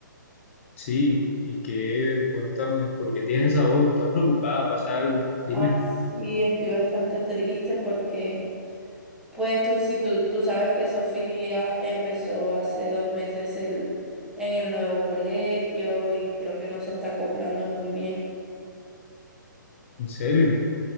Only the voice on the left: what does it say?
Sí. ¿Y qué? Cuéntame, ¿por qué tienes esa voz? ¿Estás preocupada? ¿Pasa algo? Dime,
¿en serio?